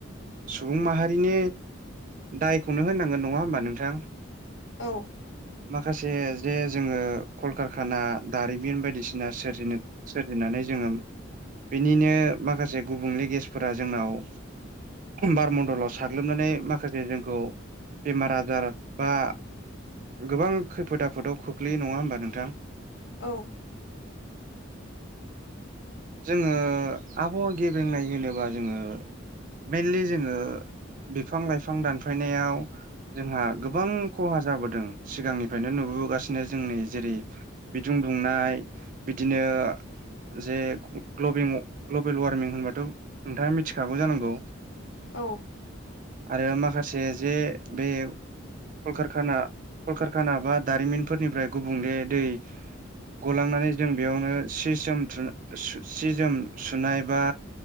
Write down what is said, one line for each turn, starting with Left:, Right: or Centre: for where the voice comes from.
Right: सुबुं माहारिनि दायखौनो होननांगोन नङा होमबा नोंथां
Left: औ
Right: माखासे जे जोङो कलकारखाना दारिमिन बायदिसिना सोरजिनो सोरजिनानै जोङो बेनिनो माखासे गुबुंले गेेसफोरा जोंनाव बार मडलाव साग्लोबनानै माखासे जोंखौ बेमार आजार बा गोबां खैफोद आफोदाव खोख्लैययो नङा होमबा नोंथां?
Left: औ
Right: जोङो आबहावा गेबेंनाय होनोबा जोङो मेइनलि जोङो बिफां लाइफां दानफायनायाव जोंहा गोबां खहा जाबोदों सिगांनिफ्रायनो नुबोबोगासिनो जोंनि जेरै बिदुं दुंनाय बिदिनो जे ग्लबिं ग्लबेल वार्मिं होनबाथ' नोंथाङा मिथिखागौ जानांगौ
Left: औ
Right: आरो माखासे जे बे कलकारखाना कलकारखाना बा दारिमिनफोरनिफ्राय गुबुंले दै गलांनानै जों बेयावनो सि जोम थु सि जोम सुनाय बा